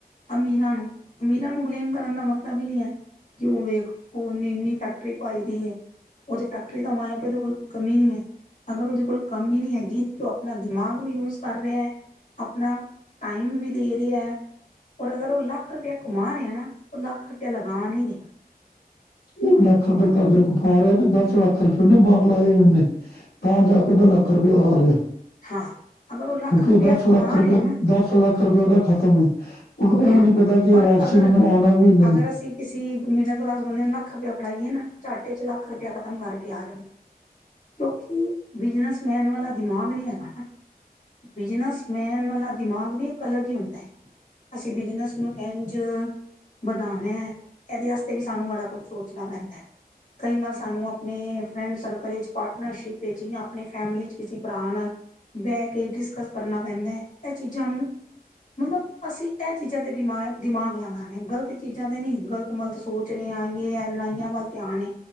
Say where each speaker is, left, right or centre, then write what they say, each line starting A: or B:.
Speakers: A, on the left; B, on the left.
A: ਅਮੀਰਾਂ ਨੂੰ, ਅਮੀਰਾਂ ਨੂੰ ਬਲੇਮ ਕਰਨ ਦਾ ਮਤਲਬ ਈ ਨਈਂ ਐ। ਕਿਉ ਵੇਖ, <unintelligible> ਨੇ ਇੰਨੀ ਫੈਕਟਰੀ ਪਾਈ ਦੀ ਐ। ਉਹ ਤੇ ਫੈਕਟਰੀ ਦਾ ਮਾਲਕ ਏ, ਉਹਦੇ ਕੋਲ ਕੋਈ ਕਮੀ ਨੀਂ ਐ। ਅਗਰ ਉਹਦੇ ਕੋਲ ਕਮੀ ਨਹੀਂ ਹੈਗੀ ਤੇ ਉਹ ਆਪਣਾ ਦਿਮਾਗ ਵੀ ਯੂਜ ਕਰ ਰਿਹਾ ਆਪਣਾ। ਟਾਈਮ ਵੀ ਦੇ ਰਿਹਾ ਔਰ ਅਗਰ ਉਹ ਲੱਖ ਰੁਪਇਆ ਕਮਾ ਰੈ ਐ ਨਾਂ ਉਹ ਲੱਖ ਰੁਪਇਆ ਲਗਾ ਨਹੀਂ ਰਿਹਾ
B: ਉਹ ਲੱਖ ਰੁਪਏ ਕਮਾ ਰਿਹਾ ਤੇ ਦਸ ਲੱਖ ਰੁਪਏ ਉਹਨੇਂ ਲਾਏ ਹੋਏ ਓਨੇ ਤਾਂ ਜਾ ਕੇ ਉਹਦਾ ਲੱਖ ਰੁਪਇਆ ਆ ਰਿਹਾ।
A: ਹਾਂ, ਅਗਰ ਉਹ ਲੱਖ
B: ਕਿਉਂਕਿ
A: ਰੁਪਇਆ ਕਮਾ
B: ਲੱਖ ਰੁਪਏ
A: ਰਿਹਾ ਨਾਂ
B: ਲੱਖ ਰੁਪਇਏ ਉਹਦਾ ਖਤਮ, ਉਹਨੂੰ ਇਹ
A: ਹਾਂ
B: ਨੀਂ ਪਤਾ ਕਿ ਇਹ
A: ਔਰ
B: ਵਾਪਸੀ
A: ਅਗਰ
B: ਮੈਨੂੰ ਆਉਣਾ ਵੀ ਨਈਂ।
A: ਅਗਰ ਅਸੀਂ ਕਿਸੇ ਮਿਡਲ ਕਲਾਸ ਬੰਦੇ ਨੇਂ ਲੱਖ ਰੁਪਇਆ ਫੜਾਈਏ ਨਾ, ਚੱਟੇ ਚ ਲੱਖ ਰੁਪਇਆ ਖਤਮ ਕਰਕੇ ਆ ਜਾ <unintelligible> ਕਿਉਂਕਿ, ਬਿਜਨਸਮੈਨ ਵਾਲਾ ਦਿਮਾਗ ਨੀਂ ਹੈਗਾ। ਬਿਜਨਸਮੈਨ ਦਾ ਦਿਮਾਗ ਵੀ ਇੱਕ ਅਲੱਗ ਹੀ ਹੁੰਦਾ। ਅਸੀਂ ਬਿਜਨਸ ਨੂੰ ਕਿੰਝ ਵਧਾਣਾ ਐ, ਇਹਦੇ ਵਾਸਤੇ ਵੀ ਸਾਨੂੰ ਬੜਾ ਕੁੱਛ ਸੋਚਣਾ ਪੈਂਦਾ ਐ। ਕਈ ਵਾਰ ਸਾਨੂੰ ਆਪਣੇ ਫਰੈਂਡ ਸਰਕਲ ਇੱਚ, ਪਾਰਟਨਰਸ਼ਿਪ ਇੱਚ, ਆਪਣੇ ਫੈਮਲੀ ਚ ਕਿਸੇ ਭਰਾ ਨਾਲ ਬਹਿ ਕੇ ਡਿਸਕਸ ਕਰਨਾ ਪੈਂਦਾ ਐ, ਇਹ ਚੀਜ਼ਾਂ ਨੂੰ ਮਤਲਬ ਅਸੀਂ ਇਹ ਚੀਜ਼ਾਂ ਤੇ ਬਿਮਾਰ ਦਿਮਾਗ ਲਾਾਂਦੇ ਗਲਤ ਚੀਜ਼ਾਂ ਤੇ ਨੀ ਗਲਤ ਮਲਤ ਸੋਚ ੱਚੜ ਆਈਏ ਹੈ ਲੜਾਈਆਂ ਵੱਲ ਧਿਆਨ